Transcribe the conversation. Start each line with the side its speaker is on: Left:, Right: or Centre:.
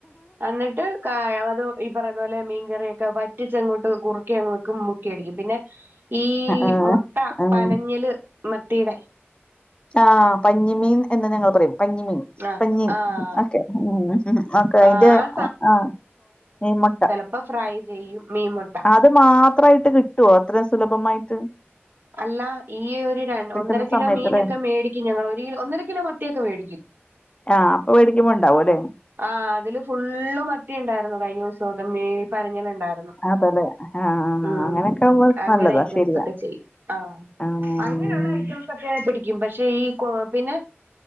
Right: എന്നിട്ട് കായ അത് ഈ പറയുന്ന പോലെ മീൻകറിയൊക്കെ വറ്റ റ്റിച്ചങ്ങോട്ട് കുറുക്കി അങ്ങക്ക് മുക്കി അടിക്കും പിന്നെ ഈ
Left: ആ
Right: മുട്ട
Left: ആ
Right: പന ഞ്ഞല് മത്തിയുടെ
Left: ആ പഞ്ഞിമീൻ എന്ന് ഞങ്ങൾ പറയും പഞ്ഞിമീൻ
Right: ആഹ്
Left: പഞ്ഞീൻ
Right: ആഹ്
Left: ഒക്കെ മ്ഹ് ഓക്കെയിന്റെ
Right: ആഹ് ആ
Left: ഒ ആ മീൻമുട്ട
Right: ഇപ്പൊ ഫ്രൈ ചെയ്യും മീൻ മുട്ട
Left: അത് മാത്രമായിട്ട് കിട്ടുവോ അത്രയും സുലഭമായിട്ട്
Right: അല്ല ഈ ഒരു ര
Left: കിട്ടുന്ന
Right: ഒന്നര കിലോ
Left: സമയത്തല്ലേ
Right: മീനൊക്കെ മേടിക്കും ഞങ്ങൾ ഒരു ഒന്നര കിലോ മത്തിയൊക്കെ വേടിക്കും
Left: ആഹ് അപ്പൊ വേടിക്കുമ്പൊണ്ടാവും അല്ലേ
Right: ആഹ് അതില് ഫുള്ള് മത്തി ഉണ്ടായിരുന്നു കഴിഞ്ഞ ദിവസം ഒക്കെ ഈ പനഞ്ഞിലുണ്ടായിരുന്നു
Left: അതല്ലേ ആഹ്
Right: ഉം
Left: അങ്ങനെയൊക്കെ ആവുമ്പോ
Right: അങ്ങനെ
Left: നല്ലതാ
Right: ഐറ്റംസ്
Left: ശരിയാ
Right: ഒക്കെ ചെയ്യും ആ
Left: ആഹ്
Right: അങ്ങനെയുള്ള ഐറ്റംസ് ഒക്കെ പിടിക്കും പക്ഷെ ഈ കൊ പിന്നെ